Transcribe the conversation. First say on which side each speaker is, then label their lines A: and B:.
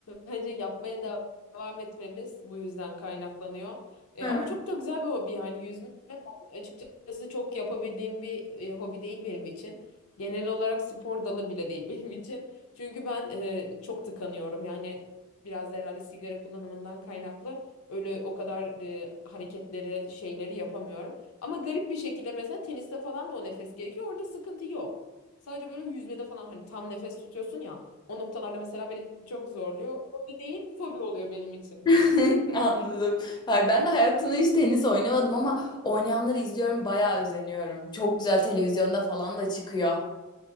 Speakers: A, on the left (about 80°); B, on the left (about 20°).
A: bence yapmaya de- devam etmemiz bu yüzden kaynaklanıyor. E,
B: Evet.
A: ama çok da güzel bir hobi yani yüzme ben açıkçası çok yapabildiğim bir e, hobi değil benim için. Genel olarak spor dalı bile değil <laughs> benim için. Çünkü ben e, çok tıkanıyorum. Yani biraz da herhalde sigara kullanımından kaynaklı öyle o kadar e, hareketleri şeyleri yapamıyorum. Ama garip bir şekilde mesela teniste falan da o nefes gerekiyor. Orada sıkıntı yok. Sadece böyle yüzmede falan hani tam nefes tutuyorsun ya. O noktalarda mesela beni çok zorluyor. Hobi değil, fobi oluyor benim için.
B: <laughs> Anladım. Ay, Ben de hayatımda hiç tenis oynamadım ama oynayanları izliyorum bayağı özeniyorum. Çok güzel televizyonda falan da çıkıyor.